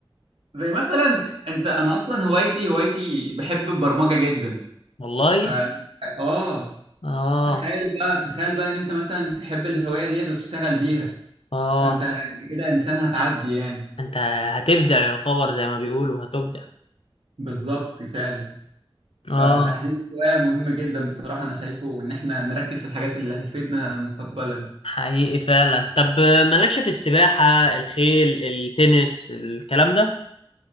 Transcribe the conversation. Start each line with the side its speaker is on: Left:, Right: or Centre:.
Right: زي مثلا انت انا اصلا هوايتي هوايتي بحب البرمجه جدا
Left: والله
Right: فانت اه
Left: اه
Right: تخيل بقى تخيل بقى ان انت مثلا تحب الهوايه ديت وتشتغل بيها
Left: اه
Right: فانت كده انسان هتعدي يعني
Left: انت هتبدع يا خبر زي ما بيقولوا هتبدع
Right: بالظبط فعلا
Left: اه
Right: فتحديد الهوايه مهم جدا بصراحه انا شايفه ان احنا نركز في الحاجات اللي هتفيدنا مستقبلا
Left: حقيقي فعلا طب مالكش في السباحه الخيل التنس الكلام ده